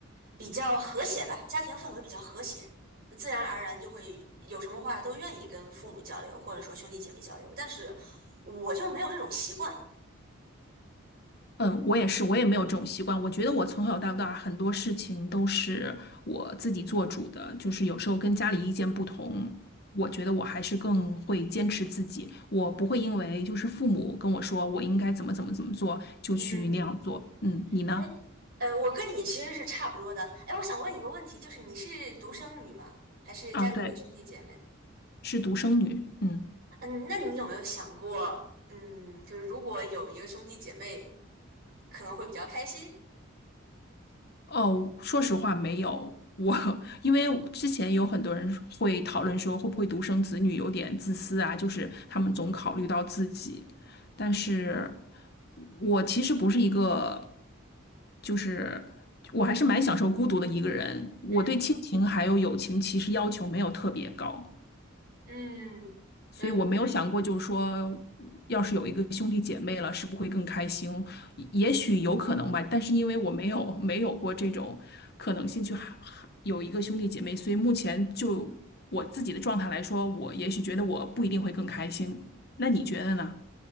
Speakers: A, on the right; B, on the left.
A: 比较和谐吧，家庭氛围比较和谐，自然而然就会有什么话都愿意跟父母交流，或者说兄弟姐妹交流。但是我就没有这种习惯。
B: 嗯，我也是，我也没有这种习惯。我觉得我从小到大很多事情都是我自己做主的，就是有时候跟家里意见不同，我觉得我还是更会坚持自己。我不会因为就是父母跟我说我应该怎么怎么怎么做，就去那样做。
A: 嗯，
B: 嗯，你呢？
A: 哎，呃，我跟你其实是差不多的。哎，我想问一个问题，就是你是独生女吗？还是家里有兄弟姐妹？
B: 啊，对，是独生女。嗯。
A: 嗯，那你有没有想过，嗯，就是如果有一个兄弟姐妹，可能会比较开心？
B: 哦，说实话没有。我 <laughs> 因为之前有很多人会讨论说，会不会独生子女有点自私啊？就是他们总考虑到自己，但是我其实不是一个，就是我还是蛮享受孤独的一个人。我对亲情还有友情其实要求没有特别高。
A: 嗯。嗯嗯
B: 所以我没有想过，就是说，要是有一个兄弟姐妹了，是不会更开心？也也许有可能吧，但是因为我没有没有过这种可能性去哈哈有一个兄弟姐妹，所以目前就我自己的状态来说，我也许觉得我不一定会更开心。那你觉得呢？